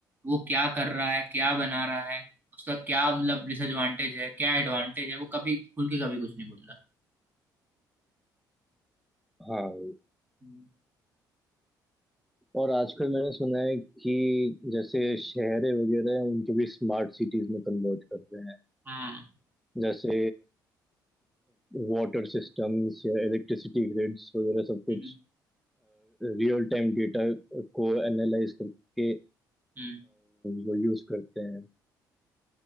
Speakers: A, on the right; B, in the centre.
A: वो क्या कर रहा है क्या बना रहा है उसका क्या मतलब डिसएडवांटेज है क्या एडवांटेज है वो कभी खुल के कभी कुछ नहीं बोलता
B: हाँ
A: हम्म।
B: और आजकल मैंने सुना है कि जैसे शहरें वगैरह हैं उनको भी स्मार्ट सिटीज में कन्वर्ट कर रहे हैं
A: हाँ
B: जैसे वाटर सिस्टम्स या इलेक्ट्रिसिटी ग्रिड्स वगैरह सब
A: हम्म,
B: कुछ रियल टाइम डेटा को एनालाइज करके अ,
A: हम्म।
B: वो यूज करते हैं